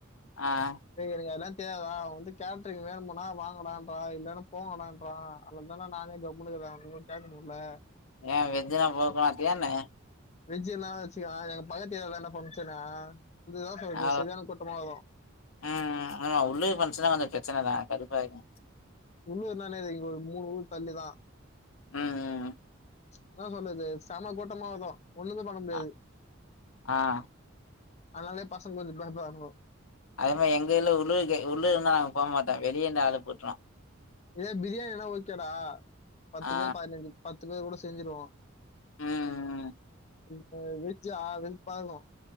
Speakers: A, on the left; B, on the left.
A: அ
B: ஏ எனக் அதுலா தெயாதுடா வந்து கேட்ரிங் வேணுமுனா வாங்கடான்ரா இல்லனா போங்கடான்ரா அலந்தானா நானே கம்முனுகுறே ஒன்னு கேக்கமுல்ல
A: ஏ வெஜ்னா போக்மாட்டியா என்ன
B: வெஜ் என்ன வச்சுக்யே எங்க பக்கத்து ஏர்யாலதான்டா ஃபங்சனே கொஞ்ச யோச்ன பண்ணு
A: ஆ
B: செரியான கூட்டமா வரு
A: ம் ம் ஆமா உள்ளியே ஃபங்சனா கொஞ்ச பிரச்சனதா கடுப்பாய்டு
B: உள்ளுர்னா என்னது இங்க ஒரு மூனு ஊர் தள்ளிதா
A: ம் ம் ம்
B: என்னா சொன்னது செம்ம கூட்டமா வரு ஒன்னுமே பண்ண முடியாது
A: அ ஆ
B: அனாலே பசங்க கொஞ்ச பயப்பரானுங்கோ
A: அதே மாரி எங்க இல உள்ளூர்க உள்ளூர் நாங்க போமாட்டோ வெளியந்து ஆளு போட்ருவோ
B: இதே பிரியாணினா ஓக்கேடா பத்து
A: ஆ
B: பேர் பதினஞ்சி பத்து பேர் கூட செஞ்சிருவோ
A: ம் ம்
B: இதுல வெஜ்ஜா வெறுப்பாகு